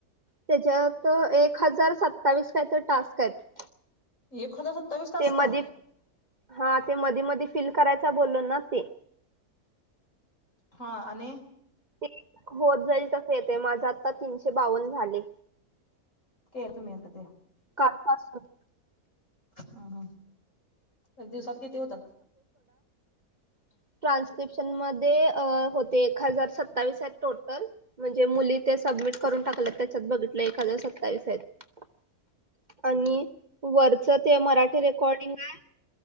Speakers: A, on the right (about 35°); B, on the left (about 55°).
A: त्याच्यात एक हजार सत्तावीस काय तर टास्क आहेत.
B: एक हजार सत्तावीस टास्क?
A: ते मधी हा ते मधी मधी फिल करायचा बोलो ना ते.
B: हा आणि.
A: ते होत जाईल तस येते माझा आता तीन शे बावन झाले.
B: के तुम्ही आता ते
A: काल पासून.
B: ह ह एक दिवसात किती होतात?
A: <inaudible> ट्रान्क्रिपशन मध्ये होते एक हजार सतावीस टोटल म्हणजे मुली ते सब मीट करून टाकल्यात त्याच्यात बघितलोय एक हजार सत्तावीस आहेत. आणि वरचं ते मराठी रेकॉर्डिंग आहे.